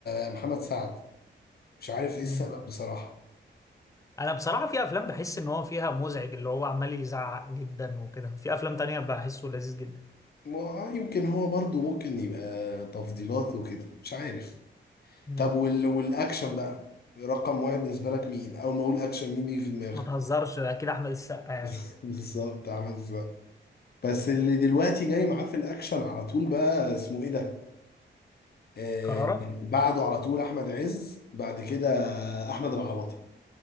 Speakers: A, on the left; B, on the left.
A: آه، محمد سعد مش عارف ايه السبب
B: امم
A: بصراحة
B: انا بصراحه في افلام بحس ان هو فيها مزعج اللي هو عمال يزعق جدا وكده في افلام تانية بحسه لذيذ جدا
A: ما- يمكن هو برضو ممكن يبقى تفضيلات وكده مش عارف
B: امم
A: طب وال... والأكشن بقى رقم واحد بالنسبة لك مين؟ أول ما أقول أكشن مين بيجي في دماغك؟
B: ما تهزرش اكيد احمد السقا يعني
A: <laughs> بالظبط عمل السقا بس اللي دلوقتي جاي معاه في الأكشن على طول بقى اسمه إيه ده؟ آه
B: كرارة
A: بعده على طول أحمد عز بعد كده أحمد العوضي